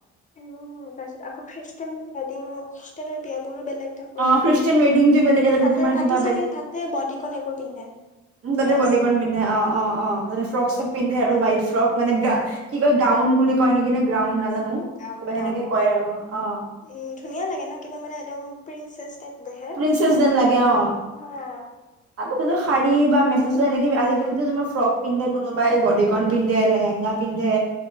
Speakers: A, on the left; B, on the right.
A: উম তাৰপিছত আকৌ খাইছোঁ। ৱেডিংষ্ট বিয়াবোৰো বেলেগ টাইপৰ
B: অ
A: হয়
B: খ্ৰীষ্টান ৱেডিংটো বেলেগ
A: তাতে
B: তোমাৰ
A: তাতে
B: কিবা
A: চাগে তাতে চাগে গোটেই বডিকৰ্ণ এইবোৰ পিন্ধে।
B: উম গোট
A: ড্ৰেছ।
B: বডিকন পিন্ধে অ', অ', অ', তাতে ফ্ৰক চক পিন্ধে আৰু হোৱাইট ফ্ৰক মানে কি কয় গ্ৰাউণ্ড বুলি কয় নেকি নে গ্ৰাউন নাজানোঁ।
A: গাউন
B: কিবা
A: গাউন
B: সেনেকে কয় আৰু অ'।
A: উম ধুনীয়া লাগে ন কিবা মানে একদম প্ৰিনছেছ টাইপ। দেখে।
B: প্ৰিন্চেছ যেন লাগে অ।
A: উম,
B: আগতেটো শাৰী বা মেখেলা চাদৰ এনেকে আজিকালি তো যেনবা ফ্ৰক পিন্ধে কোনোবাই বডিকন পিন্ধে লেহেংগা। পিন্ধে